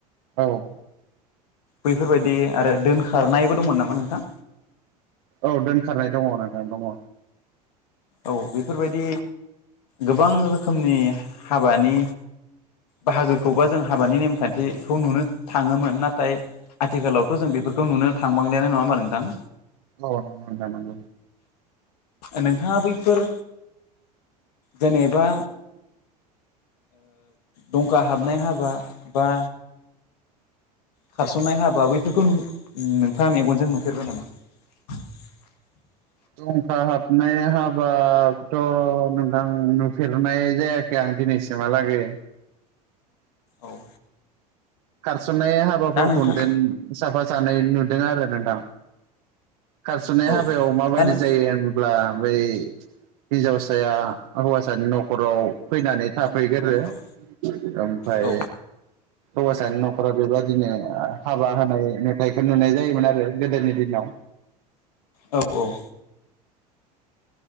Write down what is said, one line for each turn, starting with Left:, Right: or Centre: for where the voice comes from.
Right: औ
Left: बैफोरबायदि आरो दोनखारनायबो दंमोन नामा नोंथां
Right: औ दोनखारनाय दङ नोंथांनो दङ
Left: औ बेफोरबायदि गोबां रोखोमनि हाबानि बाहागोखौबा जों हाबानि नेमखान्थिखौ नुनो थाङोमोन नाथाय आथिखालावथ जों बेफोरखौ नुनो थांबांलानो नङा होमा नोंथां
Right: औ न द नांग
Left: नोंथाङा बैफोर जेनेबा दंखा हाबनाय हाबा बा खारसननाय हाबा बैफोरखौ नोंथाङा मेगनजों नुफेरबाय नामा <unintelligible>
Right: दंखा हाबनाय हाबथ नोंथां नुफेरनाय जायाखै आं दिनैसिमहालागै
Left: औ
Right: थारसननाय हाबाफोरखौ
Left: दा नोंथां
Right: साफा सानै नुदों आरो नोंथां खारस'नाय
Left: औ
Right: हाबायाव माबायदि
Left: दा नों
Right: जायो होनब्ला बै हिन्जावसाया हौवासानि नखराव फैनानै थाफैगोरो
Left: औ
Right: ओमफ्राय
Left: औ
Right: हौवाासानि नखराव बेबायादिनो हाबा होनाय मेथाइफोर नुनाय जायोमोन आरो गोदोनि दिनाव
Left: औ औ